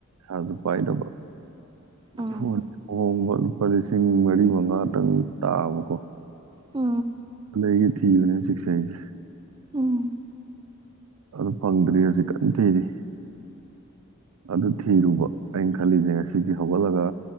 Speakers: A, on the right; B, on the right.
A: ꯁꯖꯨ ꯄꯥꯏꯗꯕ
B: ꯎꯝ
A: ꯐ ꯍꯣꯡꯕ ꯂꯨꯄꯥ ꯂꯤꯁꯤꯡ ꯃꯔꯤ ꯃꯉꯥꯇꯪ ꯇꯥꯕꯀꯣ
B: ꯍ <inaudible>
A: ꯂꯩꯒꯤ ꯊꯤꯕꯅꯦ ꯁꯤꯁꯩꯁꯦ
B: ꯎꯝ
A: ꯑꯗꯨ ꯐꯪꯗ꯭ꯔꯤ ꯍꯧꯖꯤꯛ ꯀꯟ ꯊꯤꯗꯤ ꯑꯗꯨ ꯊꯤꯔꯨꯕ ꯑꯩꯅ ꯈꯜꯂꯤꯁꯦ ꯉꯁꯤꯁ ꯍꯧꯒꯠꯂꯒ